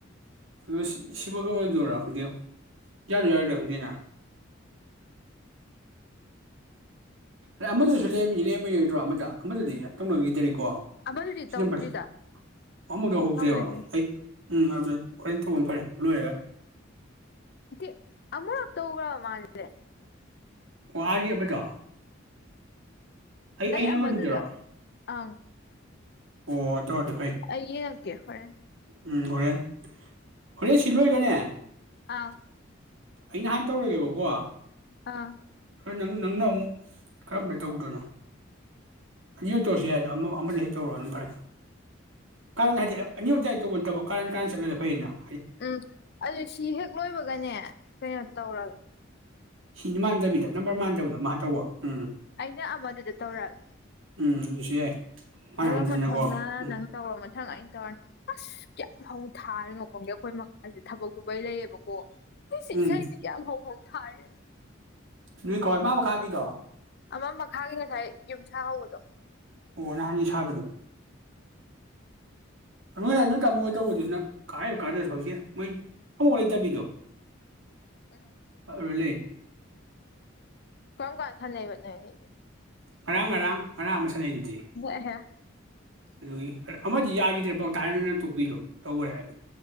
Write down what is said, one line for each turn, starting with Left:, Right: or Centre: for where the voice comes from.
Right: ꯑ ꯁꯤꯃꯒ ꯑꯣꯏꯗꯣꯏꯔꯥ ꯈꯪꯗꯦ ꯌꯥꯔ ꯌꯥꯔꯣꯏꯔ ꯈꯪꯗꯦ ꯅ ꯔꯃꯗ ꯁꯂꯦ <inaudible> ꯦꯝ ꯑꯃ ꯌꯥꯗ꯭ꯔꯣ ꯑꯃꯗ ꯑꯃꯗꯗꯤ ꯇꯅꯈꯤꯗ <inaudible> ꯀꯣ
Left: ꯑꯃꯗꯨꯗꯤ
Right: ꯁꯤ
Left: ꯇꯧꯗ꯭ꯔꯤꯗ
Right: ꯅꯝꯕꯔꯁ ꯑꯃꯨꯛ ꯂꯧꯍꯗꯦꯕ
Left: ꯁꯥꯎꯅꯗ꯭ꯔꯤ
Right: ꯑꯩ ꯎꯝ ꯑꯗꯨꯗ ꯍꯣꯔꯦꯟ ꯇꯧꯕ ꯐꯔꯦ ꯂꯣꯏꯔꯒ
Left: ꯎꯝ ꯑꯃꯔꯛꯇ ꯎ꯭ꯔ ꯃꯥꯗꯗꯦ <inaudible>
Right: ꯑꯣ ꯍꯥꯏꯒꯦꯕꯒ <inaudible> ꯑꯩꯩꯅ
Left: ꯅꯪ ꯑꯃꯗꯨꯗ
Right: ꯑꯃꯗꯨꯗꯔꯣ ꯑꯣ
Left: ꯑꯪ
Right: ꯑꯣ ꯃꯦ <inaudible>
Left: ꯑꯩ ꯌꯦꯉꯛꯀꯦ ꯍꯣꯔꯦꯟ
Right: ꯎꯝ ꯍꯣꯔꯦꯜ ꯍꯣꯔꯦꯟ ꯁꯤ ꯂꯣꯏꯒꯅꯦ
Left: ꯑꯥ
Right: ꯑꯩ ꯅꯍꯥꯟ ꯇꯧꯔꯒꯦꯕꯀꯣ
Left: ꯑꯥ
Right: ꯅꯪ ꯅꯪꯅ ꯑꯃꯨꯛ ꯀꯔꯝꯕꯅ ꯇꯧꯗꯣꯏꯅꯣ ꯑꯅꯤꯍꯛ ꯇꯧꯁꯤ ꯍꯥꯏꯗꯣ ꯑꯃ ꯑꯃꯗ ꯍꯦꯛ ꯇꯧꯔꯣꯅ ꯐꯔꯦ ꯀꯔꯟ ꯍꯥꯏꯗꯤ ꯑꯅꯤꯍ ꯥꯏ ꯇꯧꯕ ꯅꯠꯇꯕ ꯀꯔꯟ ꯀꯔꯟ ꯆꯠꯂꯅ ꯐꯩꯌꯦꯅ <inaudible>
Left: ꯎꯝ ꯑꯗꯨ ꯁꯤ ꯍꯦꯛ ꯂꯣꯏꯕꯒꯅꯦ ꯀꯩꯅꯣ ꯇꯧꯔꯒ
Right: ꯁꯤꯅꯤ ꯃꯥꯟꯗꯕꯤꯗ ꯅꯝꯕꯔ ꯃꯥꯟꯗꯕꯗ ꯃꯥ ꯇꯧꯕ ꯎꯝ
Left: ꯑꯩꯅ ꯑꯃꯗꯨꯗ ꯇꯧꯔꯛꯑꯒꯦ
Right: ꯎꯝ ꯑꯗꯨꯁꯨ ꯌꯥꯏ ꯃꯥꯅ
Left: ꯑꯗꯣ
Right: ꯍꯟꯗꯅꯀꯣ
Left: ꯃꯊꯪꯅ
Right: ꯎꯝ
Left: ꯅꯪ ꯇꯧꯔꯣ ꯃꯊꯪ ꯑꯩꯅ ꯇꯧꯔꯅꯤ <inaudible> ꯑꯁ ꯀꯌꯥꯝ ꯍꯧ ꯊꯥꯔꯤꯅꯣ ꯈꯣꯡꯗꯦ ꯑꯩꯈꯣꯏ ꯑꯁꯤ ꯊꯕꯛꯁꯨꯨꯕꯩ ꯂꯩꯌꯦꯕ ꯀꯣ ꯏꯁꯩ
Right: ꯎꯝ
Left: ꯀꯩꯌꯝ ꯍꯧ ꯍꯧ <inaudible> ꯊꯔ
Right: ꯅꯣꯏ ꯀꯧꯏ ꯃꯥ ꯃꯈꯥꯒꯤꯗꯣ
Left: ꯑꯃꯝ ꯃꯈꯥꯒꯤ ꯉꯁꯥꯏ ꯌꯨꯝ ꯍ ꯍꯥꯎꯗꯣ
Right: ꯑꯣ ꯅꯍꯥꯟ ꯁꯥꯕꯗꯣ ꯅꯣꯏ ꯑꯗꯨꯗ ꯇꯝꯃꯣ ꯇꯧꯕꯗꯨꯁꯤꯅ ꯀꯥꯏꯕ ꯀꯥꯟꯗꯁꯨ ꯍꯧꯁꯦ ꯃꯣꯏ ꯑꯃꯃꯥꯎ ꯂꯩꯇꯕꯤꯗꯣ
Left: ꯎꯝ
Right: ꯑ ꯂꯩ
Left: ꯀꯣꯝꯀꯥꯟ ꯁꯥꯟꯅꯩꯕ ꯅꯣꯏꯗꯤ
Right: ꯈꯔꯥꯡ ꯉꯥꯡ ꯃꯅꯥ ꯑꯃ ꯁꯥꯟꯅꯩ ꯑꯗꯨꯗꯤ
Left: ꯑꯦꯍꯦ
Right: ꯑꯗꯨꯒꯤ ꯑꯃꯗꯤ ꯌꯥꯈꯤꯗ꯭ꯔꯦꯐꯥꯎ ꯇꯥꯏꯔꯗꯅ ꯇꯣꯛꯄꯤꯗꯣ ꯇꯧꯈꯔꯦ ꯍꯥꯏ